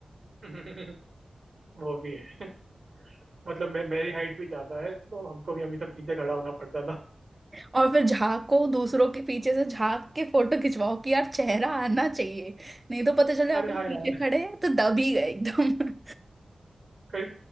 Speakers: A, on the right; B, on the right.
A: <laughs> वो भी है <laughs> मतलब मैं मेरी हाइट भी ज्यादा है तो हमको भी हमेशा पीछे खड़ा होना पड़ता था <laughs>
B: और फिर झांको दूसरों के पीछे से झांक के फोटो खिंचवाओ कि यार चेहरा आना चाहिए नहीं तो पता चले
A: अरे
B: अपन
A: हाँ
B: पीछे
A: यार
B: खड़े हैं तो दब ही गए एकदम
A: कई